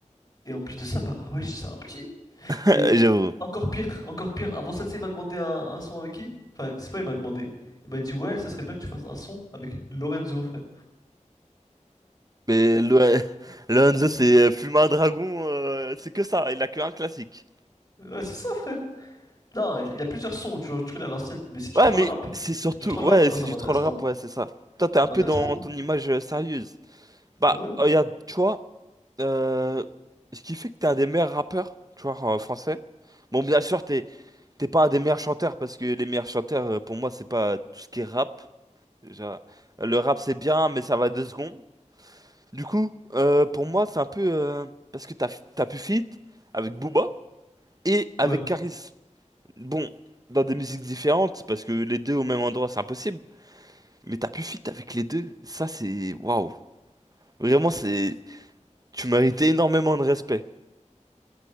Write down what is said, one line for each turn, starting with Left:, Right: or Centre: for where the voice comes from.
Left: Et en plus de ça, bah, wesh, c'est un petit.
Right: <laughs>
Left: Et
Right: J'avoue.
Left: encore pire, encore pire. Avant ça, tu sais, il m'a demandé un, un son avec qui? Enfin, c'est pas, il m'a demandé. Il m'a dit, ouais, ça serait bien que tu fasses un son avec Lorenzo, frère.
Right: Mais le- Lorenzo,
Left: <laughs>
Right: c'est Fumin Dragon, euh, c'est que ça, il a que un classique.
Left: Ouais, c'est ça, frère. Non, il, il a plusieurs sons, tu vois, tu connais à l'ancienne, mais c'est du
Right: Ouais,
Left: troll
Right: mais
Left: rap.
Right: c'est surtout,
Left: C'est du troll
Right: ouais,
Left: rap, moi
Right: c'est
Left: ça
Right: du
Left: m'intéresse
Right: troll rap,
Left: pas.
Right: ouais, c'est ça. Toi, t'es un
Left: Ça m'intéresse
Right: peu dans
Left: pas, moi.
Right: ton image euh, sérieuse. Bah,
Left: Euh, ouais.
Right: regarde, tu vois, euh, ce qui fait que t'es un des meilleurs rappeurs, tu vois, en français. Bon, bien sûr, t'es t'es pas un des meilleurs chanteurs, parce que les meilleurs chanteurs, euh, pour moi, c'est pas tout ce qui est rap. Déjà, le rap, c'est bien, mais ça va deux secondes. Du coup, euh, pour moi, c'est un peu, euh, parce que t'as t'as pu feat avec Booba. et
Left: Ouais.
Right: avec Karis. Bon, dans des musiques différentes, parce que les deux au même endroit, c'est impossible. Mais t'as pu fit avec les deux. Ça, c'est... Waouh. Vraiment, c'est... Tu méritais énormément de respect.